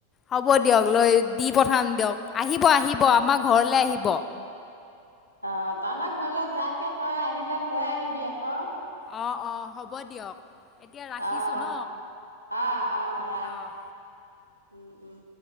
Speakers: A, on the left (about 25°); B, on the right (about 85°).
A: হ'ব দিয়ক লৈ দি পঠাম দিয়ক আহিব-আহিব আমাৰ ঘৰলৈ আহিব।
B: অ তহত ঘৰলে যোৱাতকে তই আহিলে লৈ আহিবি আকৌ।
A: অ-অ হ'ব দিয়ক। এতিয়া ৰাখিছোঁ
B: আহ-আহ-আহ
A: ন
B: ৰাখ
A: অঁ
B: উম-উম